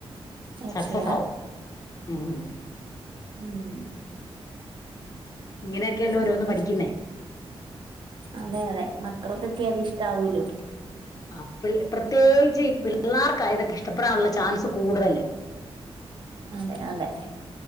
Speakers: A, on the right (about 50°); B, on the left (about 35°).
A: ഓക്കെ
B: സക്സസ് ആകും മ്
A: മ്..
B: ഇങ്ങനെയൊക്കെയല്ലോ ഓരോന്ന്
A: നോക്കാ
B: പഠിക്കുന്നേ
A: അതെ അതെ <inaudible> <unintelligible> ക്കൊക്കെ അതിഷ്ടവുള്ളൂ
B: ആഹ് പി പ്രത്യേകിച്ച് ഈ പിള്ളാർക്ക ഇതൊക്കെ ഇഷ്ടപ്പെടാനുള്ള ചാന്സ് കൂടുതല്
A: അതെ അതെ